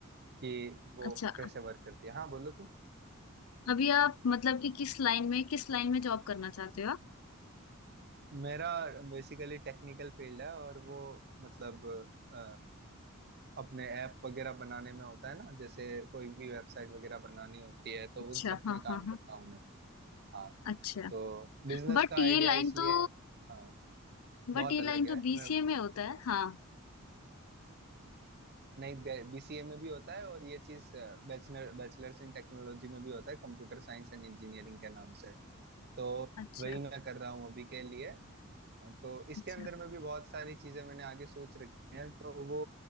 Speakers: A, on the right; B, on the left.
A: कि वो
B: अच्छा
A: कैसे वर्क करती है हाँ बोलो तुम।
B: अभी आप मतलब कि किस लाइन में किस लाइन में जॉब करना चाहते हो आप
A: मेरा बेसिकली टेक्निकल फील्ड है और वो मतलब अ, अपने ऐप वगैरह बनाने में होता है ना जैसे कोई भी वेबसाइट वगैरह बनानी होती है तो
B: अच्छा
A: उन सब
B: हाँ
A: में काम
B: हाँ हाँ
A: करता हूँ मैं हाँ
B: अच्छा
A: तो बिजनेस
B: बट
A: का
B: ये
A: आइडिया
B: लाइन
A: इसलिए
B: तो
A: हाँ
B: बट
A: बहुत
B: ये लाइन
A: अलग
B: तो
A: है
B: बीसीए
A: मैं
B: में होता है हाँ
A: नहीं बीसीए में भी होता है और ये चीज बैचलर बैचलर्स इन टेक्नोलॉजी में भी होता है कंप्यूटर साइंस एंड इंजीनियरिंग के नाम से तो
B: अच्छा
A: वही मैं कर रहा हूँ अभी के लिए तो इसके
B: अच्छा
A: अंदर में भी बहुत सारी चीजें मैंने आगे सोच रखी हैं तो वो